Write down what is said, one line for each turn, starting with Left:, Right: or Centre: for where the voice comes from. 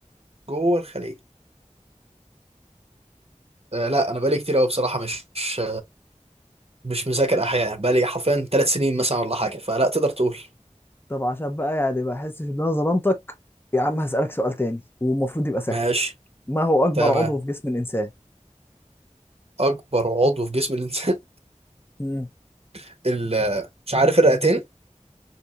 Right: جوه الخليه آه لا انا بقالي كتير قوي بصراحه مش مش مش مذاكر احياء يعني بقالي حرفيا ثلاث سنين مثلا ولا حاجه فلا تقدر تقول
Left: طب عشان بقى يعني ما احسش ان انا ظلمتك يا عم هسألك سؤال تاني والمفروض يبقى سهل
Right: ماشي
Left: ما هو اكبر
Right: تمام
Left: عضو في جسم الانسان
Right: اكبر عضو في جسم الانسان
Left: مم.
Right: <laughs> ال- مش عارف الرئتين